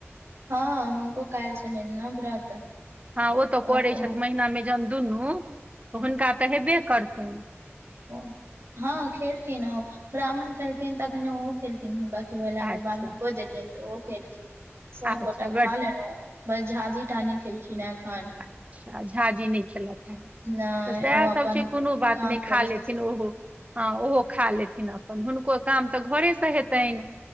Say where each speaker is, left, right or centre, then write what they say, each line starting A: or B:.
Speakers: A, on the right; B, on the right.
A: हँ हुनको काइल छलैन न व्रत
B: हँ ओ
A: तऽ
B: त करैत
A: ओ
B: छथि महिना मे जहन दुनू त हुनका त हेबे करतेन
A: ओ हँ खेलखिन ब्राह्मण खेलथिन तखने ओहो खेलखिन हुनका खुएला
B: अच्छा
A: के बाद हुनको देलियैन तऽ ओ खेलखिन सब
B: अच्छा
A: गोटा
B: बड़
A: खा लेलौ बस झाजी टा नहि खेलखिन ह एखन
B: अच्छा झाझी नै खेलक है
A: नहि
B: तऽ सेह
A: ओ अपन
B: सभ छै कोनो बात
A: काम
B: नइ
A: करै
B: खा
A: छथिन
B: लेथिन ओहो हँ ओहो खा लेथिन अपन हुनको काम त घरे सँ हेतैन